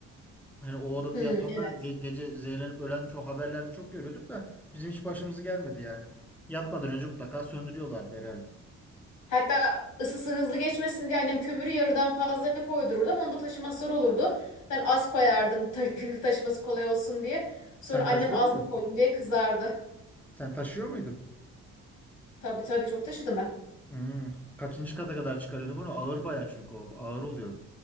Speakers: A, in the centre; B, on the left (about 80°).
A: Hani o odada
B: Hı,
A: yatanlar
B: evet.
A: ge- gece zehirlenip ölen çok haberlerde çok görüyorduk da bizim hiç başımızı gelmedi yani. Yatmadan önce mutlaka söndürüyorlardı herhalde.
B: Hatta ısısı hızlı geçmesin diye annem kömürü yarıdan fazla koydururdu ama onu da taşıması zor olurdu. Ben az koyardım ta- <laughs> taşıması kolay olsun diye. Sonra
A: Sen
B: annem
A: taşıyor
B: az
A: muydun?
B: mı koydum diye kızardı.
A: Sen taşıyor muydun?
B: Tabii tabii çok taşıdım ben.
A: Hmm. Kaçıncı kata kadar çıkarıyordum onu? Ağır bayağı çünkü o ağır oluyor.